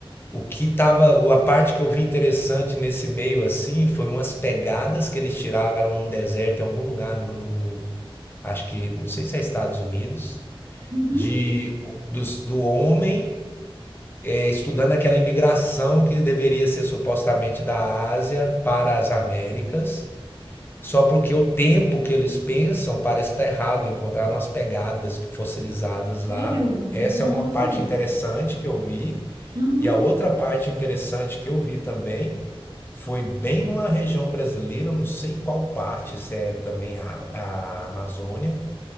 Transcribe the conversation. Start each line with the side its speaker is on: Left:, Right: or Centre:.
Left: o que tava, o- a parte que eu vi interessante nesse meio assim, foi umas pegadas que eles tiraram num deserto em algum lugar no, acho que, não sei se é Estados Unidos,
Right: uhum,
Left: de dos, do homem é, estudando aquela imigração que deveria ser supostamente da Ásia para as Américas, só porque o tempo que eles pensam parece que está errado, encontraram as pegadas que- fossilizadas lá.
Right: sério?
Left: Essa
Right: Nossa,
Left: é uma parte interessante que eu vi,
Right: uhum,
Left: e a outra parte interessante que eu vi também foi bem numa região brasileira, não sei qual parte, se é também a, a Amazônia,